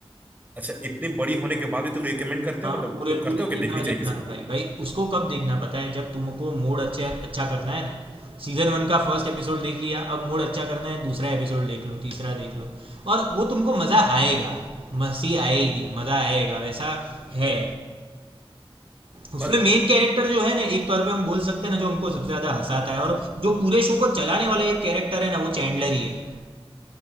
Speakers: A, on the right; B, on the right.
A: अच्छा इतनी बड़ी होने के बाद भी तुम रिकमेंड करते
B: हाँ,
A: हो मतलब
B: पूरे
A: तुम
B: पूरे
A: करते
B: देखना
A: हो कि देखनी चाहिए
B: देखना
A: किसी
B: है भाई भाई उसको कब देखना पता है जब तुमको मूड अच्छे अच्छा करना है ना सीजन वन का फर्स्ट एपिसोड देख लिया अब मूड अच्छा करना है दूसरा एपिसोड देख लो तीसरा देख लो और वो तुमको मजा आएगा मस्ती आएगी मजा आएगा वैसा है उसमें
A: को
B: मेन कैरेक्टर जो है ना एक तौर पे हम बोल सकते हैं ना जो हमको सबसे ज्यादा हंसाता है और जो पूरे शो को चलाने वाला एक कैरेक्टर है ना वो चैंडलर ही है